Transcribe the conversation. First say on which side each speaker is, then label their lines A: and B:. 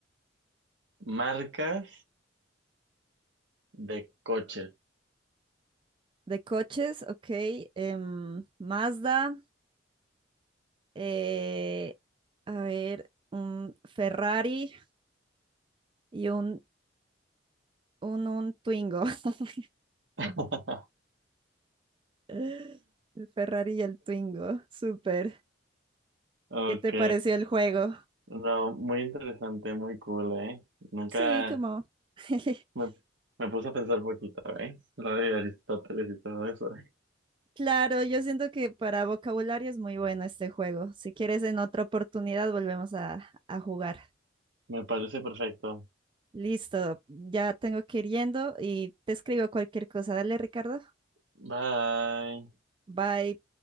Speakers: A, on the right; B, on the right.
A: marcas de coches.
B: De coches, ok. em, Mazda, eh, a ver, un Ferrari y un, un, un Twingo. <laughs>
A: <laughs>
B: El Ferrari y el Twingo, súper.
A: Ok,
B: ¿Qué te pareció el juego?
A: no, muy interesante, muy cool, ¿eh? Nunca
B: Sí, como. <laughs>
A: me, me puse a pensar poquito, ¿eh? Lo de Aristóteles y todo eso.
B: Claro, yo siento que para vocabulario es muy bueno este juego. Si quieres, en otra oportunidad volvemos a, a jugar.
A: Me parece perfecto.
B: Listo, ya tengo que ir yendo y te escribo cualquier cosa. Dale, Ricardo.
A: Bye.
B: Bye.